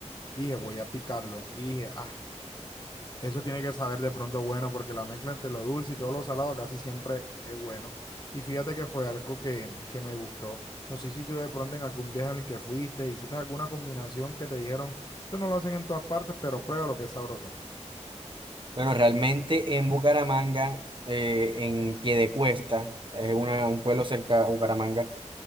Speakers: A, on the left; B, on the right.
A: dije, voy a picarlo. Y dije, ah eso tiene que saber de pronto bueno, porque la mezcla entre lo dulce y todo lo salado casi siempre es bueno. Y fíjate que fue algo que, que me gustó. No sé si tú de pronto en algún viaje en el que fuiste, hiciste alguna combinación que te dijeron, esto no lo hacen en todas partes, pero prueba lo que es sabroso.
B: Bueno, realmente en Bucaramanga, eh, en Piedecuesta, es una, un pueblo cerca a Bucaramanga,